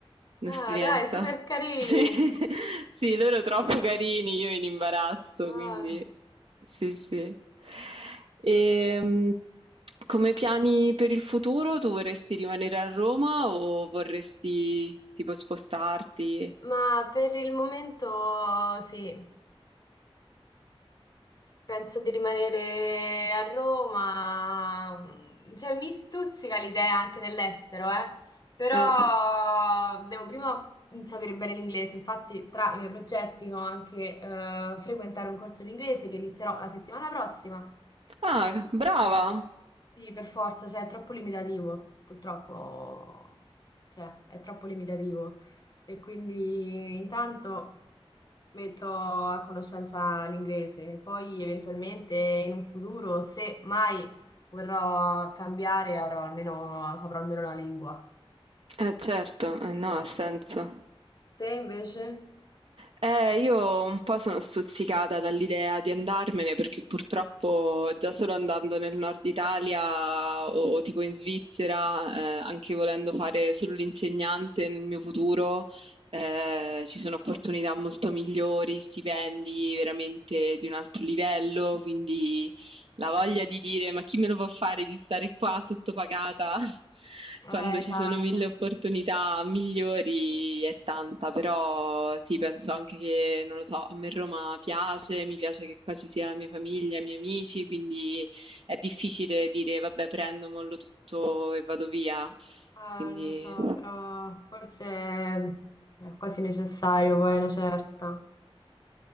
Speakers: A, on the right (about 65°); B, on the left (about 40°).
A: un'esperienza.
B: Ah, dai, super carini.
A: Sì, <laughs> sì, loro troppo carini, io in imbarazzo,
B: Ah,
A: quindi sì, sì. E, come piani per il futuro, tu vorresti rimanere a Roma o vorresti tipo spostarti?
B: Ma per il momento sì. Penso di rimanere a Roma, mm, cioè mi stuzzica l'idea anche dell'estero, eh. Però
A: Eh,
B: devo prima sapere bene l'inglese, infatti tra i miei progetti ho anche eh, frequentare un corso di inglese che inizierò la settimana prossima.
A: Ah, brava!
B: Sì, per forza, cioè è troppo limitativo, purtroppo, cioè è troppo limitativo. E quindi intanto metto a conoscenza l'inglese. Poi eventualmente in un futuro, se mai vorrò cambiare, avrò almeno, saprò almeno la lingua.
A: Eh, certo, eh, no,
B: Eh,
A: ha senso.
B: Te invece?
A: Eh, io un po' sono stuzzicata dall'idea di andarmene perché purtroppo già solo andando nel nord Italia o tipo in Svizzera, eh, anche volendo fare solo l'insegnante nel mio futuro, eh, ci sono opportunità molto migliori, stipendi veramente di un altro livello, quindi la voglia di dire: "Ma chi me lo fa fare di stare qua sottopagata <laughs> quando
B: Eh, esatto.
A: ci sono 1000 opportunità migliori" è tanta, però sì, penso anche che, non lo so, a me Roma piace, mi piace che qua ci sia la mia famiglia, i miei amici, quindi è difficile dire: "Vabbè, prendo, mollo tutto e vado via".
B: Eh,
A: Quindi
B: lo so, però forse è quasi necessario poi una certa.